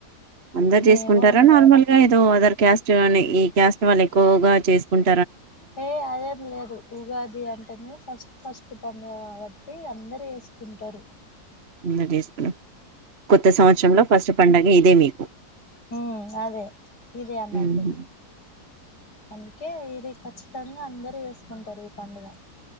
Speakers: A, on the right (about 45°); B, on the left (about 85°).
A: అందరు చేసుకుంటారా
B: ఏమో
A: నార్మల్ గా తో ఆథర్ క్యాస్ట్ అని ఈ క్యాస్ట్ వాళ్ళు ఎక్కువగా చేసుకున్
B: ఏ అదేం లేదు ఉగాది అంటేనే ఫస్ట్ ఫస్ట్ తుపన్ పండుగ కాబట్టి అందరు వేసుకుంటారు
A: నిన్నటి చేసుకున్న కొత్త సంవత్సరంలో ఫస్ట్ పడుగ ఇదే మీ
B: ఊ అదే ఇదే అన్నట్టు
A: ఉహు.
B: అందుకే ది ఖచ్చితంగా అందరు చేసుకుంటారు ఈ పండుగ